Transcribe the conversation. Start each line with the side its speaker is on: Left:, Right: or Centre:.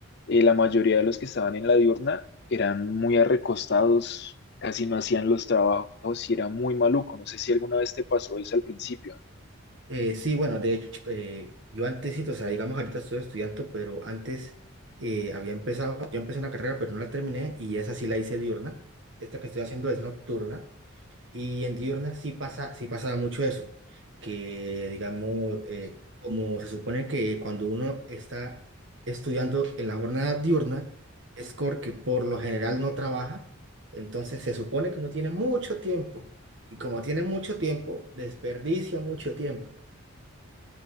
Left: eh, la mayoría de los que estaban en la diurna eran muy arrecostados, casi no hacían los trabajos y era muy maluco, no sé si alguna vez te pasó eso al principio.
Right: Eh, sí, bueno, de hecho, eh, yo antes, sí, o sea, digamos, ahorita estoy estudiando, pero antes eh, había empezado, yo empecé una carrera, pero no la terminé y esa sí la hice diurna. Esta que estoy haciendo es nocturna. Y en diurna sí pasa, sí pasaba mucho eso, que digamos, eh, como se supone que cuando uno está estudiando en la jornada diurna, es porque por lo general no trabaja, entonces se supone que uno tiene mucho tiempo, y como tiene mucho tiempo, desperdicia mucho tiempo.